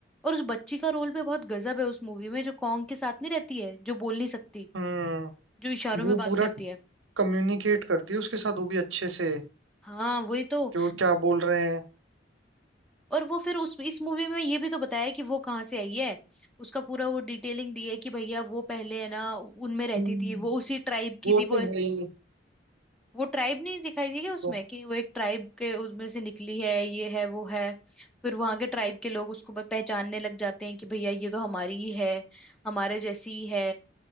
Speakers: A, in the centre; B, on the right (about 85°).
A: और उस बच्ची का रोल भी बहुत गजब है उस मूवी में जो कॉन्ग के साथ नहीं रहती है जो बोल नहीं सकती
B: हम्म
A: जो इशारों
B: वो
A: में बात
B: पूरा
A: करती है
B: कम्युनिकेट करती है उसके साथ वो भी अच्छे से
A: हाँ वही तो
B: कि वो क्या बोल रहे हैं
A: और वो फिर उस इस मूवी में ये भी तो बताया है कि वो कहाँ से आई है उसका पूरा वो डिटेलिंग दी है कि भैया वो पहले है ना उनमें रहती
B: हम्म।
A: थी वो उसी ट्राइब की
B: वो
A: थी
B: तो
A: वो
B: वही
A: वो ट्राइब नहीं दिखाई दी क्या उसमें
B: तो
A: कि वो एक ट्राइब के उसमें से निकली है ये है वो है फिर वहां के ट्राइब के लोग उसको ब- पहचानने लग जाते हैं कि भैया ये तो हमारी ही है हमारे जैसी ही है